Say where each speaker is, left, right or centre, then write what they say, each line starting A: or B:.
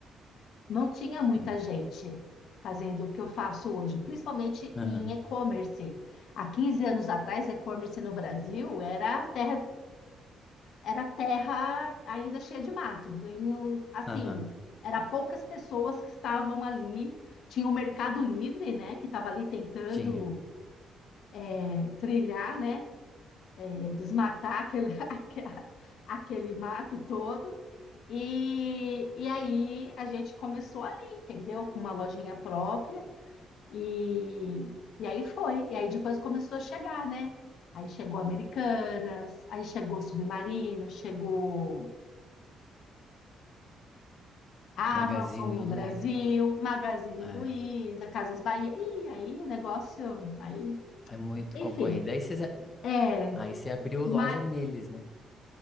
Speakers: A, on the left; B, on the left.
A: não tinha muita
B: Hum.
A: gente fazendo o que eu faço hoje, principalmente
B: Aham,
A: em e-commerce. Há 15 anos atrás, e-commerce no Brasil era a terra era terra ainda cheia de matos. E não- assim,
B: aham,
A: era poucas pessoas que estavam ali. Tinha o Mercado Livre, né, que estava ali tentando
B: tinha.
A: é, trilhar, né, é, desmatar aquele, <laughs> aque- aquele mato todo. E, e aí a gente começou ali, entendeu? Com uma lojinha própria. E, e aí foi. E aí depois começou a chegar, né? Aí chegou Americanas, aí chegou Submarino, chegou A
B: Magazine
A: Amazon no
B: Luiza,
A: Brasil, Magazine
B: é,
A: Luiza, Casas Bahia. E aí, negócio, aí,
B: é muito
A: enfim.
B: concorrido. Aí você,
A: É,
B: aí você abriu
A: mas
B: loja neles, né?